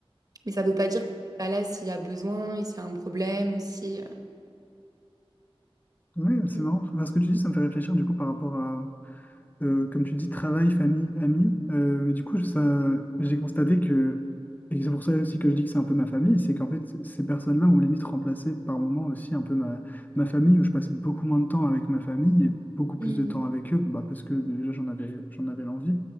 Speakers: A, on the right; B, on the left.
A: Mais ça veut pas dire qu'on n'est pas là s'il y a besoin et s'il y a un problème, si... euh,
B: Oui, c'est
A: mm,
B: marrant. Enfin, ce que tu dis, ça me fait réfléchir du coup par rapport à, euh, comme tu dis, travail, famille, amis. Euh, mais du coup, ça, j'ai constaté que, et c'est pour ça aussi que je dis que c'est un peu ma famille, c'est qu'en fait, ces personnes-là ont limite remplacé par moments aussi un peu ma, ma famille, où je passais beaucoup moins de temps avec ma famille et beaucoup plus
A: mm,
B: de temps avec eux, bah, parce que déjà, j'en avais, j'en avais l'envie.